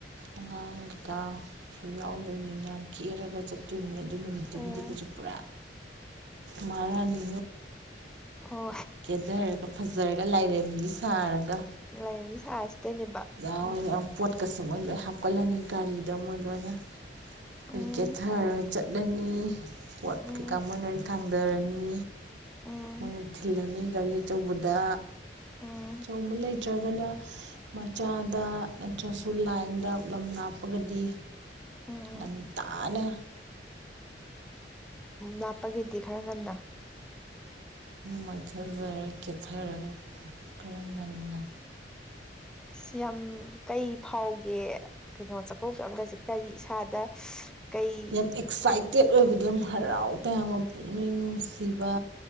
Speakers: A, on the right; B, in the centre.
A: ꯑꯉꯥꯡꯒꯤꯀ ꯁꯨ ꯌꯥꯎꯗꯣꯏꯅꯤꯅ ꯀꯦꯔꯒ ꯆꯠꯇꯣꯏꯅꯤꯅ ꯑꯗꯨꯏ ꯅꯨꯃꯤꯠꯇꯨꯒꯤꯗꯤ
B: ꯑꯣ
A: ꯀꯩꯁꯨ ꯄꯨꯔꯥ ꯃꯥꯔꯥꯅꯤ
B: ꯍ
A: ꯀꯦꯊꯔꯒ ꯐꯖꯔꯒ ꯂꯥꯏꯔꯦꯝꯕꯤ ꯁꯥꯔꯒ
B: ꯂꯥꯏꯔꯦꯝꯕꯤ ꯁꯥꯔ ꯆꯠꯇꯣꯏꯅꯦꯕ
A: ꯑꯣꯏꯅ
B: ꯎꯝ
A: ꯄꯣꯠꯀꯁꯦ ꯃꯣꯏ ꯂꯣꯏ ꯍꯥꯞꯀꯠꯂꯅꯤ ꯒꯥꯔꯤꯗ ꯃꯣꯏ ꯂꯣꯏ ꯑꯩꯈꯣꯏ
B: ꯎꯝ
A: ꯀꯦꯊꯔ ꯆꯠꯂꯅꯤ ꯄꯣꯠ
B: ꯎꯝ
A: ꯀꯩꯀꯥ ꯃꯣꯏ ꯂꯣꯏ ꯊꯥꯡꯊꯔꯅꯤ
B: ꯎꯝ
A: ꯃꯣꯏꯅ ꯊꯤꯜꯂꯅꯤ ꯑꯩ ꯑꯆꯧꯕꯗ
B: ꯎꯝ
A: ꯑꯆꯧꯕ ꯂꯩꯇ꯭ꯔꯒꯅ ꯃꯆꯥ ꯑ ꯗ ꯅꯠꯇ꯭ꯔꯁꯨ ꯂꯥꯏꯟꯗ ꯂꯝꯂꯥꯞ ꯍꯥꯞꯄꯒꯗꯤ
B: ꯎꯝ
A: ꯉ ꯇꯥꯅ
B: ꯂꯥꯞꯄꯒꯤꯗꯤ ꯈꯔ ꯉꯟꯅ
A: ꯃꯥꯏꯊꯖꯔ ꯀꯦꯠꯊꯔꯒ ꯈꯔ ꯉꯟꯅ
B: ꯑꯁ ꯌꯥꯝ ꯀꯩ ꯐꯥꯎꯒꯦ ꯀꯩꯅꯣ ꯆꯥꯛꯀꯧꯕ ꯆꯑꯝꯒꯁꯦ ꯀꯔꯤ ꯏꯁꯥꯗ ꯀꯩ
A: ꯌꯥꯝ ꯑꯦꯛꯁꯥꯏꯇꯦꯠ ꯑꯣꯏꯕꯗ ꯌꯥꯝ ꯍꯔꯥꯎ ꯇꯌꯥꯝꯕ ꯄꯨꯛꯅꯤꯡ ꯅꯨꯡꯁꯤꯕ